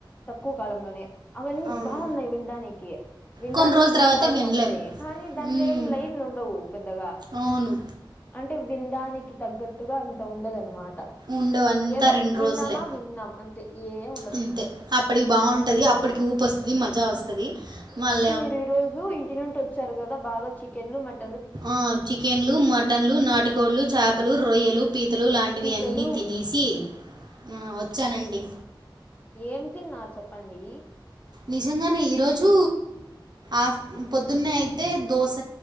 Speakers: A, on the left (about 20°); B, on the right (about 55°).
A: తక్కువ కాలంలోనే అవన్నీ
B: అవును
A: బాగున్నాయి వినడానికి వినడానికి
B: కొన్ని రోజుల
A: మంచి
B: తర్వాత
A: హైప్
B: వినలేం
A: వస్తాయి కానీ దాంట్లో
B: ఉమ్
A: ఏం లైన్లు ఉండవు పెద్దగా
B: అవును
A: అంటే వినడానికి తగ్గట్టుగా అంత ఉండదనమాట
B: ఉండవు అంతా
A: ఏదో
B: రెండు
A: విన్నామా
B: రోజులే
A: విన్నాం అంతే ఏం ఉండదు.
B: అంతే అప్పటికి బాగుంటుంది అప్ ఇప్పటికి ఊపు వస్తది మజా వస్తది మళ్ళ
A: ఈ రోజు ఇంటి నుండి వచ్చారు కదా బాగా చికెన్ లు మట
B: ఆ చికెన్ లు మటన్ లు నాటికోళ్లు చేపలు రొయ్యలు పీతలు ఇలాంటివి
A: పీతలు
B: అన్నీ తినేసి ఆ వచ్చానండి
A: ఏమి తిన్నారు చెప్పండి
B: నిజంగానే ఈరోజు ఆఫ్ పొద్దున్నే అయితే దోశ